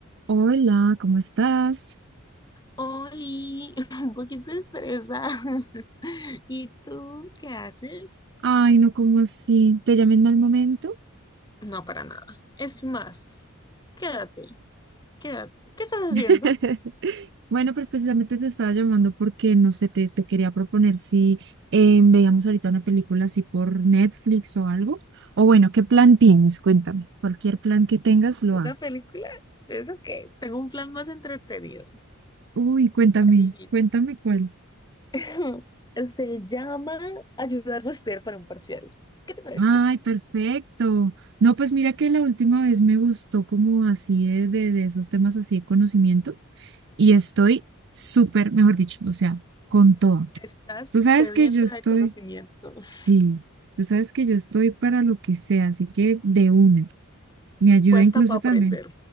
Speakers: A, on the right; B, on the left.
A: Hola, ¿cómo estás?
B: Oli, <laughs> un poquito estresada. <laughs> ¿Y tú qué haces?
A: Ay, no, ¿cómo así? ¿Te llamé en mal momento?
B: No, para nada. Es más, quédate, quédate. ¿Qué estás
A: <laughs>
B: haciendo?
A: Bueno, pues precisamente te estaba llamando porque, no sé, te, te quería proponer si eh, veíamos ahorita una película así por Netflix o algo. O bueno, ¿qué plan tienes? Cuéntame. Cualquier plan que tengas, lo
B: ¿Una
A: hago.
B: película? ¿Eso qué? Tengo un plan más entretenido.
A: Uy, cuéntame,
B: Adivina.
A: cuéntame cuál.
B: <laughs> Se llama ayudar a ser para un parcial. ¿Qué te parece?
A: Ay, perfecto. No, pues mira que la última vez me gustó como así de, de, de esos temas así de conocimiento. y estoy súper, mejor dicho, o sea, con todo.
B: Estás
A: Tú sabes
B: sedienta
A: que yo estoy,
B: de conocimiento, <laughs>
A: sí, tú sabes que yo estoy para lo que sea, así que de una. Me ayuda
B: puesta
A: incluso
B: para aprender.
A: también.